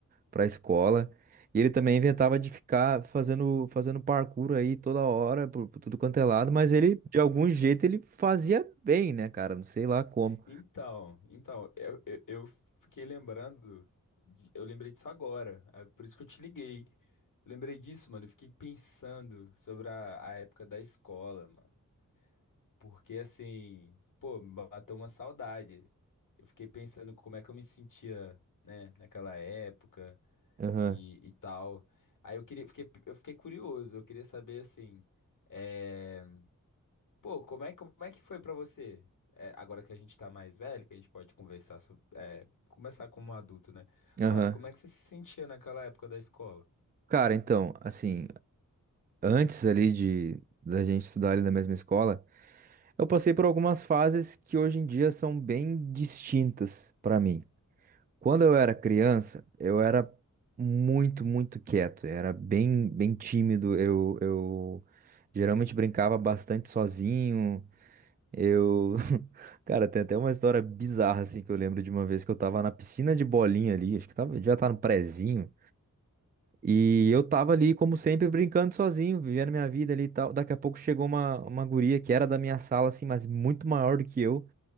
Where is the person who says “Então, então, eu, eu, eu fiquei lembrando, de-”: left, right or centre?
Left